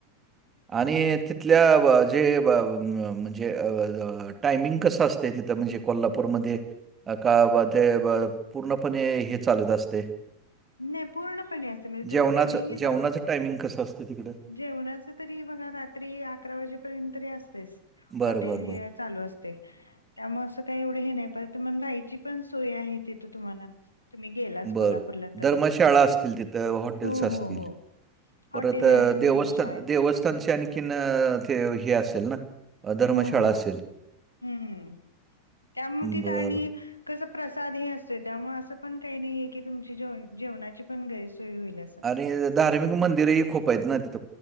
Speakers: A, on the right; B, on the left.
A: आणि तिथल्या व जे अ म म्हणजे अ ज टायमिंग कसं असतय तिथं म्हणजे कोल्हापूरमध्ये अ का बा पूर्णपणे हे चालत असते.
B: नाय पूर्णपणे असते म्हणजे
A: जेवणाचं
B: तुम्ही कधीही
A: जेवणाचं
B: जावा
A: टायमिंग कसं असत तिकड
B: जेवणाच तरी बघा रात्री अकरा वाजेपर्यंत तरी असतेच
A: बरं
B: हॉटेल
A: बरं बरं
B: हे चालू असतय. त्यामुळ असं काय एवढं हे नाय परत तुम्हाला राहायची पण सोय आहे तिथं तुम्हाला तुम्ही गेलाच
A: बरं.
B: कोल्हापूरला तर
A: धर्मशाळा असतील तिथं, हॉटेल्स
B: हो
A: असतील.
B: हो हो.
A: परत
B: हॉटेल
A: अ,
B: आहे.
A: देवस्थान
B: धर्मशाळेत.
A: देवस्थानचे आणखीन अ ते हे असेल ना धर्मशाळा
B: हो, हो.
A: असेल.
B: हम्म त्यामुळ तिथं
A: बरं
B: आणि कस प्रसादही असतोय त्यामुळ असं पण काही नाहीये की तुमची जेव जेवणाची पण गैर सोय होईल अस
A: नाही आता धार्मिक मंदिरही खूप हायेत ना तिथं